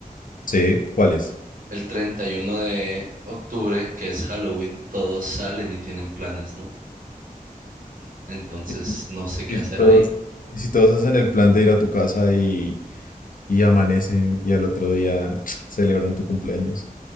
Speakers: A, on the left; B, on the right.
A: Sí, ¿cuáles?
B: El 31 de octubre, que es Halloween, todos salen y tienen planes, ¿no? Entonces
A: Y,
B: no sé qué
A: y
B: hacer
A: si todos,
B: ahí.
A: y si todos hacen el plan de ir a tu casa y, y amanecen y al otro día <tsk> celebran tu cumpleaños.